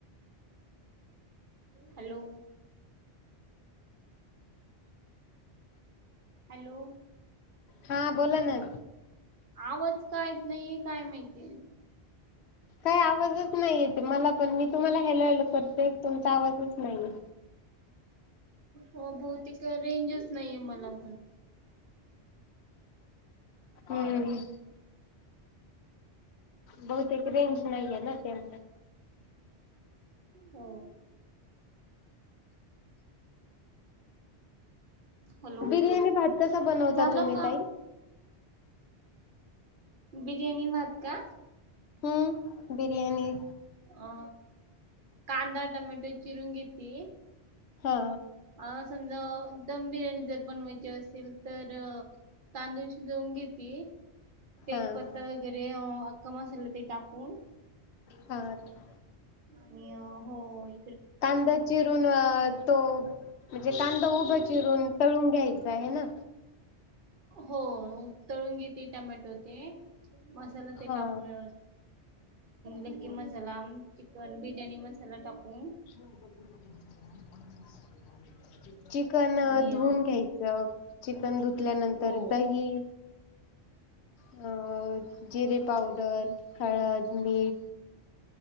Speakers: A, on the right; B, on the left.
A: हॅलो. हॅलो.
B: हा बोला ना
A: आवाज कायत नाहीे काय माहितीय
B: काही आवाजच नाहीय ते मला पण मी तुम्हाला हॅलो हॅलो करते तुमचा आवाजच नाहीये.
A: हो बहूतेक रेंजच नाहीे मला.
B: हम्म बहुतेक रेंज नाही आहेे ना त्याम
A: हो हॅलो
B: बिर्याणी भात कसा बनवता
A: झालं
B: तुम्ही
A: का
B: ताई?
A: बिर्याणी भात का?
B: हम्म बिर्याणी
A: अ कांदा टमॅटो चिरून घेते
B: हा
A: आ समजा दम बिर्याणी जर बनवायची असेल तर तांदूळशी शिजवून घेती. तेजपत्ता
B: हा हा
A: वगैरे अख्खा मसाला ते टाकून
B: हा छा
A: आणि अ होय
B: कांदा चिरून तो म्हणजे कांदा उभा चिरून तळून घ्यायचा आहे ना
A: हो तळून घेते टमॅटो ते मसाला
B: हा.
A: ते टाकून अ लकी
B: हम्म.
A: मसाला चिकन बिर्याणी मसाला टाकून
B: <inaudible>
A: <inaudible>
B: चिकन
A: आणि
B: धुवून घ्यायचं चिकन धुतल्यानंतर
A: हो
B: दही अ जिरे पावडर हळद मीठ